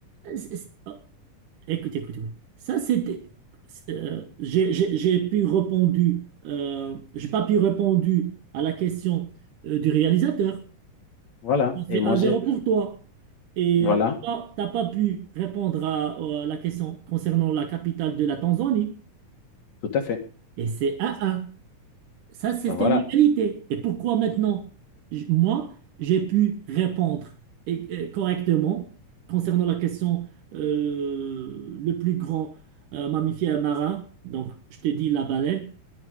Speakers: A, on the right (about 80°); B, on the left (about 60°).
A: c'est, Écoute, écoute, écoute. Ça, c'était. euh, j'ai j'ai- j'ai pu répondre, euh, j'ai pas pu répondre à la question euh, du réalisateur.
B: Voilà.
A: Donc, il fait
B: Et moi,
A: 1
B: j'ai.
A: zéro pour toi. Et
B: Voilà,
A: t'as pas, t'as pas pu répondre à, à la question concernant la capitale de la Tanzanie.
B: tout à fait.
A: Et c'est 1 un. Ça, c'était
B: Ben, voilà.
A: l'égalité. Et pourquoi maintenant, j- moi, j'ai pu répondre et- et correctement concernant la question euh, le plus grand euh, mammifère marin, donc je te dis la baleine,